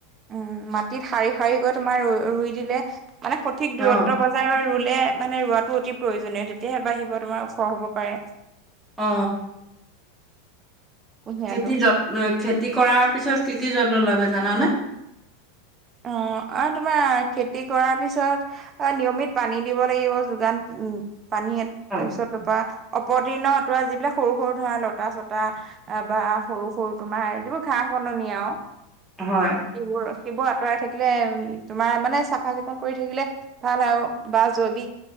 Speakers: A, on the right; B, in the centre.
A: উম, মাটিত শাৰী শাৰীকৈ তোমাৰ ৰুই দিলে মানে সঠিক
B: অ
A: দূৰত্বত ব ৰুলে, মানে ৰোৱাটো অতি প্ৰয়োজনীয় তেতিয়াহে বাঢ়িব তোমাৰ ওখ হ'ব পাৰে।
B: অ।
A: কুঁহিয়াটো
B: খেতি যত্ন খেতি কৰাৰ পিছত কি কি যত্ন লাগে জানানে?
A: অ। আৰু তোমাৰ খেতি কৰাৰ পিছত- অ নিয়মিত পানী দিব লাগিব, যোগান পানী
B: হয়
A: তাৰপিছত- তাপা অপতীৰ্ণ তৰা যিবিলাক সৰু সৰু ধৰা লতা-চতা, বা সৰু সৰু তোমাৰ যিবোৰ ঘাঁহ বননি আৰু,
B: হয়।
A: সিবোৰ সিবোৰ- আঁতৰাই থাকিলে উম তোমাৰ মানে চাফা চিকুণ কৰি থাকিলে ভাল আৰু বা জৈৱিক,